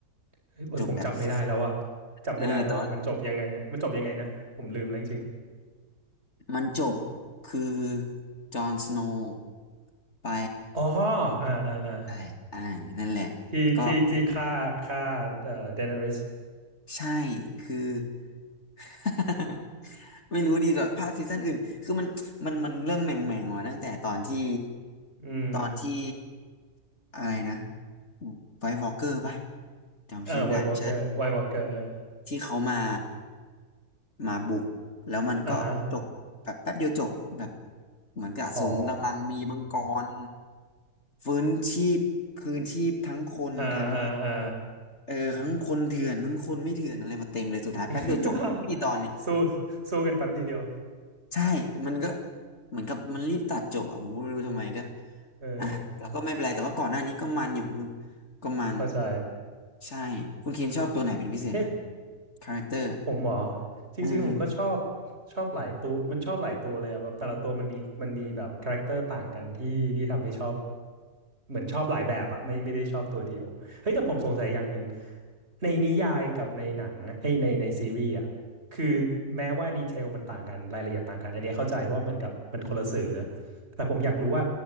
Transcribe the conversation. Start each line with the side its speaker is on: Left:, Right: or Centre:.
Right: เอ้ยเอ้ยผมจำไม่ได้แล้วอะ
Left: จบแบบ <laughs>
Right: จำไม่ได้แล้วอะมันจบยังไงนะมันจบยังไงนะผมลืมแล้วจริง
Left: เออแต่ว่ามันจบคือจอห์นสโนว์ไป
Right: ๆอ๋ออ่าอ่าอ่า
Left: ใช่อ่านั่นแหละ
Right: ที่ที่ที่ฆ่าฆ่าเอ่อเดนาริส
Left: ก็ใช่คือ <laughs> ไม่รู้ดีกว่าภาคซีซั่นอื่น คือมัน มัน มันเริ่มแหม่งแม่งมาตั้งแต่ตอนที่
Right: อืม
Left: ตอนที่อะไรนะไวท์วอล์กเกอร์ปะ จำชื่อไม่ได้ใช่
Right: เออไวท์วอล์กเกอร์ไวท์วอล์กเกอร์เออ
Left: ที่เขามา มาบุกแล้วมันก็จบ
Right: อ่าฮะ
Left: แบบแป๊บเดียวจบ แบบ เหมือนกับสมกำลังมีมังกร
Right: อ๋อ
Left: ฟื้นชีพคืนชีพทั้งคนทั้ง
Right: อ่าอ่าอ่า
Left: เออทั้งคนเถื่อนทั้งคนไม่เถื่อนอะไรมาเต็มเลยสุดท้ายแป๊บเดียวจบไม่กี่ตอนนี่
Right: <laughs> สู้สู้กันแป๊บเดียว
Left: ใช่มันก็เหมือนกับมันรีบตัดจบอ่ะผมก็ไม่รู้ทำไมก็
Right: เออ
Left: อ่ะแล้วก็ไม่เป็นไรแต่ว่าก่อนหน้านี้ก็มันอยู่ก็มัน
Right: เข้าใจ
Left: ใช่คุณเคนชอบตัวไหนเป็นพิเศษไหม
Right: เอ๊ะ
Left: คาแรคเตอร์
Right: ผมเหรอจริงๆผมก็ชอบ
Left: อืม
Right: ชอบหลายตัวมันชอบหลายตัวเลยอะแบบแต่ละตัวมันมีมันมีแบบคาแรคเตอร์ต่างกันที่ที่ทำให้ชอบเหมือนชอบหลายแบบอะไม่ไม่ได้ชอบตัวเดียวเฮ้ยแต่ผมสงสัยอย่างหนึ่งในนิยายกับในหนังไอ้ยในในซีรีส์อะคือแม้ว่าดีเทลมันต่างกันรายละเอียดต่างกันอันเนี้ยเข้าใจเพราะว่าเหมือนกับมันคนละสื่อนะ แต่ผมอยากรู้ว่า